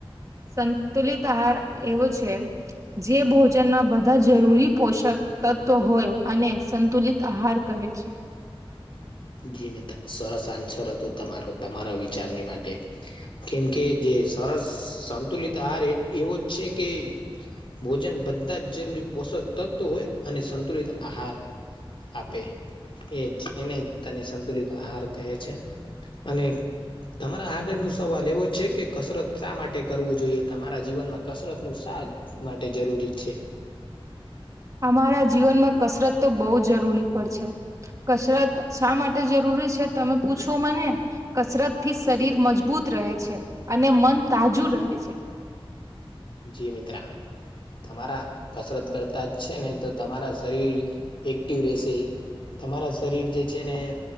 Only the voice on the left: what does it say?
જી મિત્ર સરસ આન્સર હતું તમારો તમારા વિચારની માટે. કેમ કે જે સરસ સંતુલિત આહાર અ એવો જ છે કે ભોજન બધા જ જરૂરી પોષક તત્વો હોય અને સંતુલિત આહાર આપે એજ એને તને સંતુલિત આહાર કહે છે. અને તમારા આગળ નુ સવાલ એવો છે કે કસરત શા માટે કરવું જોઈએ તમારા જીવનમાં કસરત નું શા માટે જરૂરી છે.
જી મિત્રા તમારા કસરત કરતા જ છે ને તો તમારા શરીર એક્ટિવ રહેશે. તમારા શરીર જે છે ને